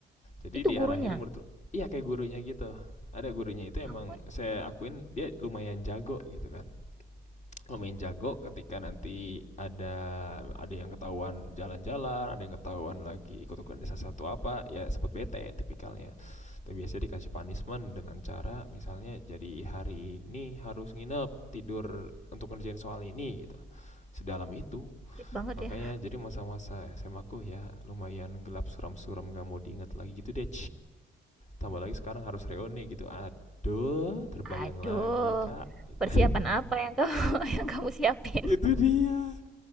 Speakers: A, on the left; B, in the centre.
A: Jadi
B: itu
A: diarahin
B: gurunya
A: murid iya kayak gurunya gitu. Ada gurunya itu emang
B: ya ampun
A: saya akuin dia lumayan jago gitu kan. Lumayan jago ketika nanti ada ada yang ketahuan jalan-jalan, ada yang ketahuan lagi ikut organisasi satu apa, ya sebut bete tipikalnya. Dan biasanya dikasih punishment dengan cara misalnya jadi hari ini harus nginep, tidur untuk ngerjain soal ini gitu. Sedalam itu
B: trik banget
A: Makanya
B: ya
A: jadi masa-masa SMA aku ya lumayan gelap suram-suram gak mau diinget lagi gitu deh. Tambah lagi sekarang harus reuni gitu. Aduh, terbayang
B: Aduh,
A: lagi kak. Gitu
B: persiapan
A: kan.
B: apa yang kamu <laughs> yang kamu siapin?
A: <laughs> Itu dia.